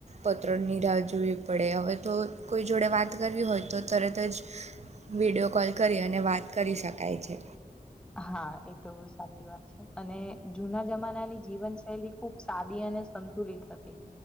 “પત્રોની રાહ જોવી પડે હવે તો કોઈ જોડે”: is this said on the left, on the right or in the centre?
Right